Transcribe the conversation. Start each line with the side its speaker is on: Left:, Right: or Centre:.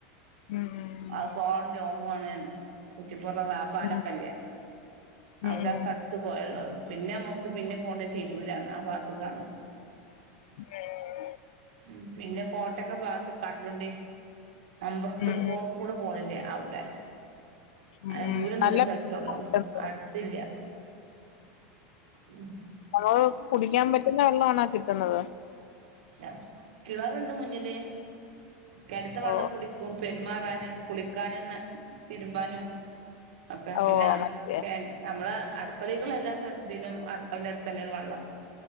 Left: ഉം ഉം
Right: അഅ് പാട്ലോങ്ങും ആണേനും കുറ്റിപ്പുറം റാപ് പാലക്കല്ലെ
Left: ഉം ഉം
Right: അവ്ടെൺ
Left: ഉം ഉം.
Right: കട്ട് ത്ത് പൊഴള്ളത് പിന്നെ നമ്മുക്ക് പിന്നെ പോണ്ടെത തിരൂരാണ് ആ ഭാഗത്ത്ക്കാണ്
Left: ഏഹ്
Right: ഉം, പിന്നെ കോട്ടക്ക ഭാഗത്ത് കടലുണ്ടി. മമ്പൊർത്തൊക്കെ
Left: ഉം ഉം
Right: പോ കൂടെ പോണില്ലേ അവ്ടെ.
Left: ഉം
Right: അയ്
Left: ഉം
Right: ദൂരം
Left: നല്ല
Right: ദൂരം സൽത്തൊള്ളാണ്.
Left: കിട്ടുന്നത്
Right: അട് ത്തില്ല്യ. ഉം
Left: ഓഹ് കുടിക്കാൻ പറ്റുന്ന വെള്ളാണാ കിട്ടുന്നത്.
Right: ക്യ. കിണറുണ്ട് മുന്നില് കെണത്തെ വെള്ളം
Left: ഓ
Right: കുടിക്കും. പെരുമാറാന്, കുളിക്കാന് ന തിരുമ്പാനും ഒക്കെ
Left: ഓ ഓ
Right: പിന്നെ
Left: മറ്റേ
Right: കെൽ ഞമ്മളെ അടുക്കളേക്ക്ള്ളെ എല്ലാ സാ തിനും അടുക്കൾന്റെടുത്തന്നെണ് വള്ളം.